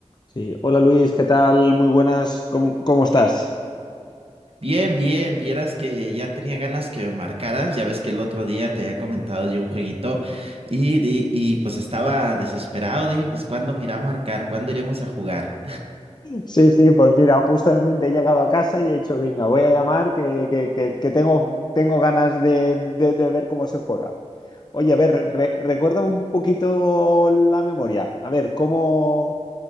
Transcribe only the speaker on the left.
Sí. Hola Luis, ¿qué tal? Muy buenas, ¿cómo, cómo estás?
Sí, sí, pues mira, justamente he llegado a casa y he dicho, venga, voy a llamar que, que- que- que tengo, tengo ganas de, de- de ver cómo se juega. Oye, a ver, re- recuerda un poquito la memoria. A ver, ¿cómo,